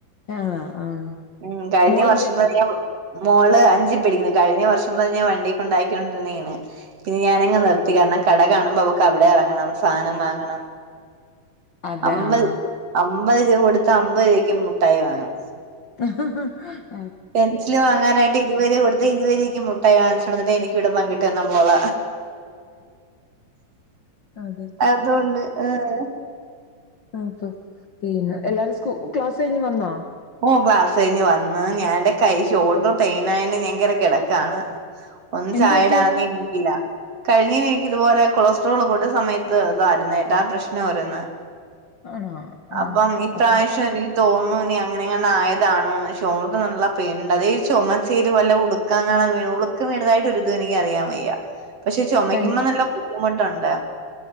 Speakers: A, on the left; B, on the right.
A: ആണാ ആഹ്.
B: ം കഴിഞ്ഞ
A: മോളെന്ത്
B: വർഷം <unintelligible> മോള് അഞ്ചി പടിക്കുന്നു കഴിഞ്ഞ വർഷം വരെ ഞാൻ വണ്ടി കുണ്ടാക്കിക്കൊണ്ടിര് ന്നേണ്. പിന്നെ ഞാനങ്ങ് നിർത്തി കാരണം കട കാണുമ്പോ അവക്ക് അവിടെ എറങ്ങണം സാധനം വാങ്ങണം.
A: അതെ
B: അമ്പത്
A: ആഹ്
B: അമ്പത് രൂപ കൊടുത്ത അമ്പത് രൂപക്ക് മിട്ടായി വാങ്ങും.
A: അഹ് ഹ് ഹാ
B: പെൻസില് വാങ്ങാനായിട്ട് ഇരുവരുവ കൊടുത്ത് ഇരുവരുപയ്ക്കും മുട്ടായി വാങ്ങിച്ചോണ്ട് വന്നിട്ട് എനിക്കിവിടെ പങ്കിട്ട് തന്ന മോള.
A: അതെ
B: അതുകൊണ്ട് ആഹ്
A: അപ്പൊ പിന്നെ എല്ലാരും സ്ക്കൂ ക്ലാസ് കഴിഞ്ഞ് വന്നോ?
B: ഓ ക്ലാസ്സഴിഞ്ഞ് വന്ന് ഞാന്റെ കൈ ഷോൾഡർ പെയിനാ യൊണ്ട് ഞാൻ കേറി കടക്കാണ്.
A: <inaudible>
B: ഒന്ന് ചായഇടാനെനിന്ന്
A: പറ്റിയതാ
B: ഇല്ല കഴിഞ്ഞവീക്ക് ഇതുപോലെ കൊളസ്ട്രോള് കൂട്യസമയത്ത് ഇതായിരുന്നേട്ടാ പ്രശ്നം ഓരുന്ന്.
A: ആണോ? ആഹ്
B: അപ്പം ഇപ്രാവശ്യം
A: അപ്പൊ
B: എനിക്ക് തോന്നു നി അങ്ങനെങ്ങണ്ടായതാണോന്ന് ഷോളഡ്റ് നല്ല പെയിൻ ഉണ്ട് അതെയ് ചൊമച്ചേൽല് വല്ല ഉളു ക്കാങ്ങണ വീണു ഉളുക്ക് വീണതായിട്ട് ഒരിതും എനിക്കറിയാവയ്യ. പക്ഷെ ചൊമക്കുമ്പോ
A: കൈ
B: നല്ല ബുദ്ധിമുട്ടുണ്ട്.